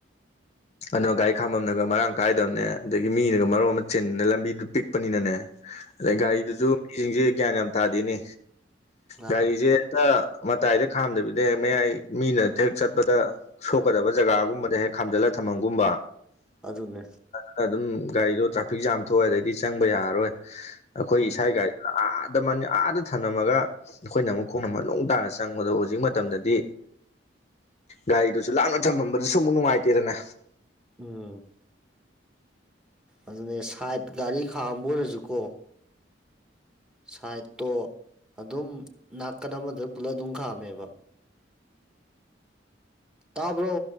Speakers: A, on the left; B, in the centre.
A: ꯑꯗꯨꯅ ꯒꯥꯔꯤ ꯈꯥꯝꯃꯝꯅꯒ ꯃꯔꯥꯡ ꯀꯥꯏꯗꯝꯅꯦ ꯑꯗꯥꯒꯤ ꯃꯤꯅꯒ ꯃꯔꯣꯟ ꯑꯃ ꯆꯤꯟꯕꯅꯦ ꯂꯝꯕꯤꯗꯨ ꯄꯤꯛꯄꯅꯤꯅꯥꯅꯦ ꯑꯗꯩ
B: ꯎꯝ
A: ꯒꯥꯔꯤꯗꯨꯁꯨ ꯃꯤꯁꯤꯡꯁꯦ ꯒ꯭ꯌꯥꯟ ꯌꯥꯝ ꯇꯥꯗꯦꯅꯤ
B: ꯃꯥꯅꯦ
A: ꯒꯥꯔꯤꯁꯦ ꯍꯦꯛꯇꯥ ꯃꯇꯥꯏꯗ ꯈꯥꯝꯗꯕꯤꯗ ꯍꯦꯛ ꯃꯌꯥꯏ ꯃꯤꯅ ꯍꯦꯛ ꯆꯠꯄꯗ ꯁꯣꯛꯀꯗꯕ ꯖꯒꯥꯒꯨꯝꯕꯗ ꯍꯦꯛ ꯈꯥꯝꯖꯤꯜꯂꯒ ꯊꯝꯃꯝꯒꯨꯝꯕ
B: ꯑꯗꯨꯅꯦ
A: ꯈꯔꯥꯗꯨꯝ ꯒꯥꯔꯤꯗꯣ ꯇ꯭ꯔꯥꯐꯤꯛ ꯖꯥꯝ ꯊꯣꯛꯑꯦ ꯑꯗꯩꯗꯤ ꯆꯪꯕ ꯌꯥꯔꯔꯣꯏ ꯑꯩꯈꯣꯏ
B: ꯎꯝ
A: ꯏꯁꯥꯒꯤ ꯒꯥꯔꯤ ꯑꯥ- ꯑꯥꯗ ꯊꯝꯂꯝꯃꯒ ꯑꯩꯈꯣꯏꯅ ꯑꯃꯨꯛ ꯈꯣꯡꯅ ꯃꯅꯨꯡ ꯇꯥꯅ ꯆꯪꯕꯗꯣ ꯍꯧꯖꯤꯛ ꯃꯇꯝꯗꯗꯤ ꯒꯥꯔꯤꯗꯨꯁꯨ ꯂꯥꯞꯅ ꯊꯝꯃꯝꯕꯗꯨꯁꯨ ꯑꯃꯨꯛ ꯅꯨꯡꯉꯥꯏꯇꯦꯗꯅ
B: ꯎꯝ ꯑꯗꯨꯅꯦ ꯁꯥꯏꯠ ꯒꯥꯔꯤ ꯈꯥꯝꯕ ꯑꯣꯏꯔꯁꯨꯀꯣ ꯁꯥꯏꯠꯇꯣ ꯑꯗꯨꯝ ꯅꯥꯀꯟ ꯑꯃꯗ ꯄꯨꯜꯂꯞ ꯑꯗꯨꯝ ꯈꯥꯝꯃꯦꯕ ꯇꯥꯕ꯭ꯔꯣ